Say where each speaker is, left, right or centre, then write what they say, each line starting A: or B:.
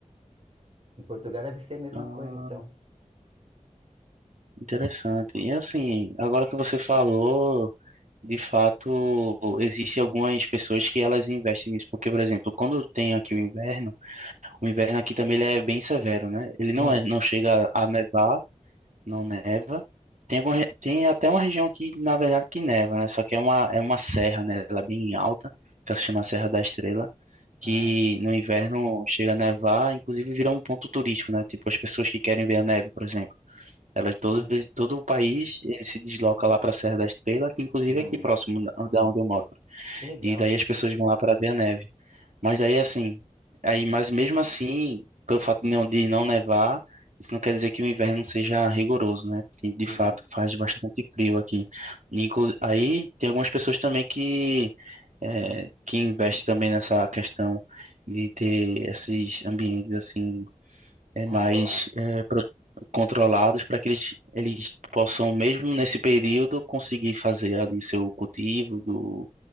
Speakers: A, on the right (about 50°); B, on the right (about 70°).
A: Em Portugal deve ser a mesma
B: Ah,
A: coisa, então.
B: interessante. E assim, agora que você falou, de fato, existem algumas pessoas que elas investem nisso. Porque, por exemplo, quando tem aqui o inverno, O inverno aqui também ele é bem severo, né? Ele não
A: Hum.
B: é, não chega a nevar, não neva. Tem, alguma re- tem até uma região aqui, na verdade, que neva, né? Só que é uma, é uma serra, né? Ela é bem alta, que ela se chama Serra da Estrela, que
A: Ah,
B: no inverno chega a nevar, inclusive vira um ponto turístico, né? Tipo, as pessoas que querem ver a neve, por exemplo. Elas, todo,
A: olha.
B: todo o país ele se desloca lá para a Serra da Estrela, que inclusive
A: Hum.
B: é aqui próximo da da onde eu moro.
A: Que legal.
B: E daí as pessoas vão lá para ver a neve. Mas aí assim, aí, mas mesmo assim, pelo fato de não, de não nevar, isso não quer dizer que o inverno seja rigoroso, né? De, de
A: Uhum.
B: fato, faz bastante frio aqui. E, inclu- aí tem algumas pessoas também que, é, que investem também nessa questão de ter esses ambientes assim, é,
A: Controlados.
B: mais é, pro- controlados para que eles, eles possam, mesmo nesse período, conseguir fazer ali seu cultivo, do,